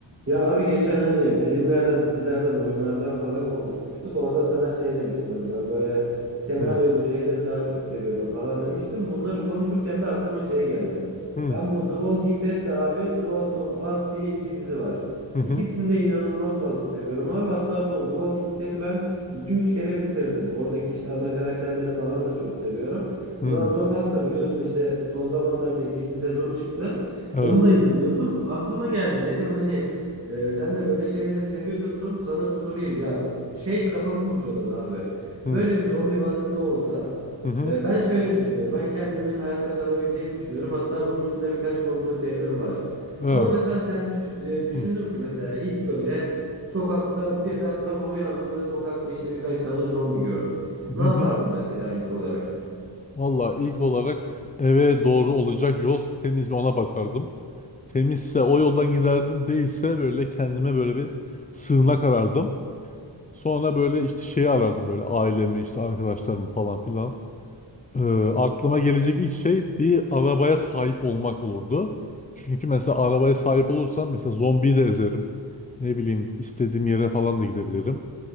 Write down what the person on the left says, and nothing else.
Hı
hı
hı
hı.
hı.
Evet.
Hı
hı hı.
Evet.
Hı
hı
hı.
Valla ilk olarak eve doğru olacak yol temiz mi ona bakardım. Temizse o yoldan giderdim, değilse böyle kendime böyle bir sığınak arardım. Sonra böyle işte şeyi arardım böyle ailemi işte arkadaşlarımı falan filan. Ee, aklıma gelecek ilk şey bir arabaya sahip olmak olurdu. Çünkü mesela arabaya sahip olursam mesela zombiyi de ezerim. Ne bileyim istediğim yere falan da gidebilirim.